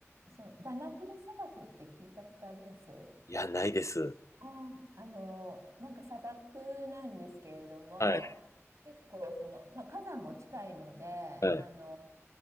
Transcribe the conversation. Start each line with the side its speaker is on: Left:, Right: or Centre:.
Right: そのダナキル砂漠って聞いたことあります
Left: いや、ないです。
Right: あーあの、なんか砂漠なんですけれども、
Left: はい、
Right: 結構その、まあ、火山も近いので、
Left: はい、
Right: あの、